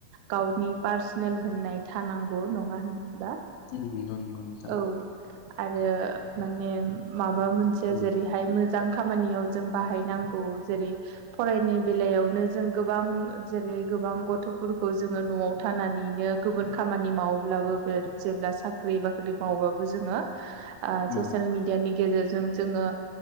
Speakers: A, on the right (about 85°); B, on the left (about 85°).
A: गावनि पार्सनेल होननाय थानांगौ नङा होनबा
B: नंगौ नंगौ नोंथां
A: औ आरो माने माबा मोनसे
B: उम
A: जेरैहाय मो मोजां खामानियाव जों बाहायनांगौ जेरै फरायनाय बेलायावनो जों गोबां जेरै गोबां गथ'फोरखौ जोङो न'आव थानानैनो गुबुन खामानि मावोब्लाबो बे जेब्ला साख्रि बाख्रि मावबाबो जोङो ससियेल
B: उम
A: मिडिया नि गेजेरजों जोङो